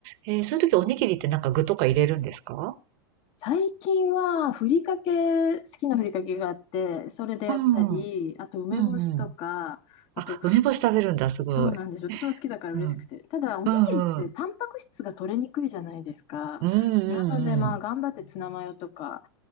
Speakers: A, on the right (about 55°); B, on the left (about 45°).
A: えー、そういう時おにぎりってなんか具とか入れるんですか
B: 最近はふりかけ、好きなふりかけがあって、それでやったり、
A: うん、うん
B: あと梅干しとか、
A: うん。
B: あと、
A: あ、梅干し食べるんだ、すごい。
B: そうなんですよ。私も好きだから嬉しくて。
A: うん、
B: ただ、おにぎりってタンパク質が取れにくいじゃないですか。
A: うんうん。うんうん
B: なので、まあ、頑張ってツナマヨとか